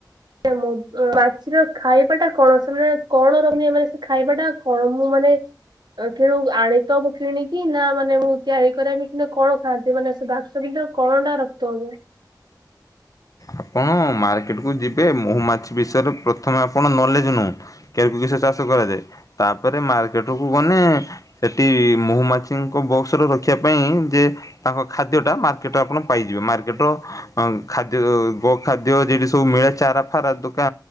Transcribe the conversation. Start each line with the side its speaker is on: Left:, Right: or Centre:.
Right: ମ ମାଛିର ଖାଇବା ଟା କଣ ସେମାନେ କଣ ରଖିନେ ମାନେ ସେ ଖାଇବା ଟା କଣ ମୁଁ ମା <unintelligible> କିଣୁ ଆଣିତ ମୁଁ କିଣିକି ନା ମାନେ ମୁଁ ତିଆରି କରିବି କି କଣ ଖାଆନ୍ତି ମାନେ ସେ ବାକ୍ସ ବି କଣ୍ଟା ରଖିତେ ହବ।
Left: ଆପଣ ମାର୍କେଟ କୁ ଯିବେ ମହୁ ମାଛି ବିଷୟରେ ପ୍ରଥମେ ଆପଣ ନଲେଜ ନୁ କେ। <unintelligible> ଚାଷ କରାଯାଏ ତାପରେ ମାର୍କେଟ କୁ ଗନେ ସେଠି ମହୁମାଛିଙ୍କ ବକ୍ସ ରେ ରଖି ପାଇଁ ଯେ ତାଙ୍କ ଖାଦ୍ୟ ଟା ମାର୍କେଟରେ ଆପଣ ପାଇଯିବେ ମାର୍କେଟ। ଖାଦ୍ୟ ଗୋ ଖାଦ୍ୟ ଯଉଠି ସବୁ ମିଳେ ଚାରା ଫାରା ଦୋକା